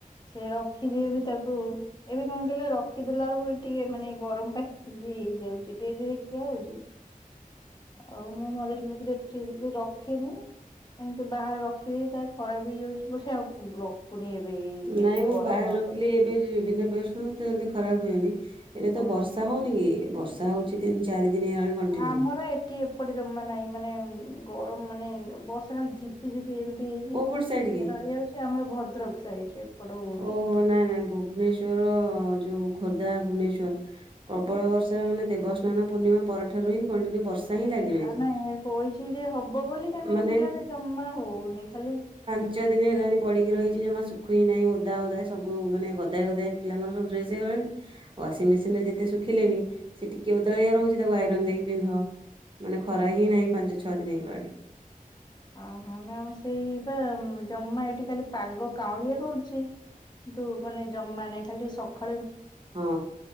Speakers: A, on the left; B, on the right.
A: ସେ ରଖିଦିଏ ବି ତାକୁ ଏବେ କଣ କହିଲେ ରଖିଦେଲା ବେଳକୁ ଟିକେ ମାନେ ଗରମ ପାଖ ବି ହେଇଯାଉଛି ଡେରିରେ ଖିଆ ହଉଚି। ଆଉ ମୁଁ <inaudible> ଫ୍ରିଜ ବି ରଖେନି। ଏମିତି ବାହାରେ ରଖିଦେଇ ଏଟଖ ଖରାପ ହେଇଯାଉଛି ବୋଲି ଆଉ ଏବେ ବେଶୀ
B: ନାଇଁ ମୁଁ
A: ଗରମ
B: ବାହାରେ ରଖିଥିଲି
A: ହବ
B: ଏବେ ବିିନା ପିଆଜ ରସୁଣ ଏତେ ଜଲଦି ଖରାପ ହୁଏନି। ଏବେ ତ
A: ହଁ
B: ବର୍ଷା ହଉନି କି ବର୍ଷା ହଉଛି ତିନି ଚାରି ଦିନ ହେଇଗଲାଣି କଣ୍ଟିନ୍ୟୁ।
A: ଆମର ଏଠି ଏପଟେ ଜମା ନାହିଁ ମାନେ ଗରମ ମାନେ ବର୍ଷା କାଲି ଝିପିଝିିପି ଏମିତି ହେଇକି
B: କୋଉ ପଟ ସାଇଡ କି?
A: ରହିଯାଉଛି ଆମର ଭଦ୍ରକ ସାଇଡ ରେ ଏପଟ ହଉନି
B: ଓହୋ ନାଇଁ ନାଇଁ ଭୁବନେଶ୍ଵର ଯୋଉ ଖୋର୍ଦ୍ଧା ଭୁବନେଶ୍ଵର ପ୍ରବଳ ବର୍ଷା ମାନେ ଦେବସ୍ନାନ ପୂର୍ଣ୍ଣିମା ପରଠାରୁ ହିଁ କଣ୍ଟିନ୍ୟୁ ବର୍ଷା। ହିଁ ଲାଗି ରହିଛି।
A: ଆ ନାଇଁ କହିଛି ଯେ ହବ ବୋଲି କେତି
B: ମାନେ
A: କେତି କିଲ ଜମା ହଉନି ଖାଲି
B: ପାଞ୍ଚଦିନି ହେଲାଣି ପଡିକି ରହିଛି ଜମା ଖୁନାହିଁ ଓଦା ଓଦା ସବୁ ମାନେ ଗଦା ଗଦା ପିଲଙ୍କର ସବୁ ଡ୍ରେସ ହେଇଲାଣି ଆଉ ୱାସିଂମେସିନ ରେ ଯେତେ ରଖିଲେ ବି ସେ ଟିକେ ଓଦଳିଆ ରହୁଛି ତାକୁ ଆଇରନ୍ ଦେଇକି ପିନ୍ଧ। ମାନେ ଖରା ହିଁ ନାହିଁ ପାଞ୍ଚ ଛଅ ଦିନ ହେଇଗଲାଣି।
A: ଅ ହୋ ନା ଆଉ ସେଇ ବା ଜମା ଏଠି ଖାଲି ପାଗ କାଉଁଳିଆ କରୁଚି। କିନ୍ତୁ ମାନେ ଜମା ନାହିଁ ଖାଲି ଟିକେ ସ
B: ହଁ